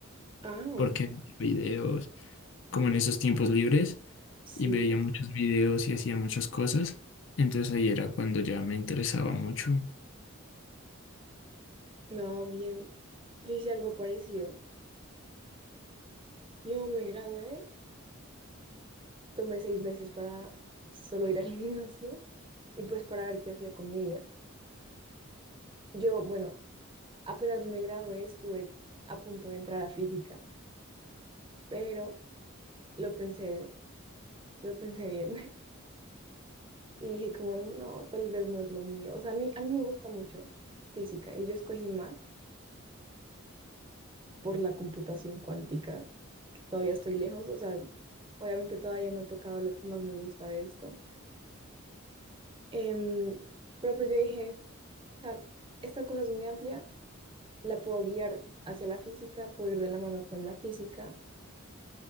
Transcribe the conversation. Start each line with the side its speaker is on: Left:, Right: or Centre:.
Right: Ah,
Left: porque
Right: ok,
Left: veía videos, como en esos tiempos libres,
Right: sí.
Left: y veía muchos videos y hacía muchas cosas, entonces ahí era cuando ya me interesaba mucho.
Right: No, bien. Yo hice algo parecido. Yo me gradué, tomé seis meses para solo ir al <laughs> gimnasio y pues para ver qué hacía con mi vida. Yo, bueno, apenas me gradué, estuve a punto de entrar a física, pero lo pensé Lo pensé bien <laughs> y dije como, no, tal vez no es lo mío. O sea, a mí, a mí me gusta mucho física y yo escogí Mac por la computación cuántica, que todavía estoy lejos. O sea, obviamente todavía no he tocado lo que más me gusta de esto. Em, pero pues yo dije, o sea, esta cosa es muy amplia, la puedo guiar hacia la física, puedo ir de la mano con la física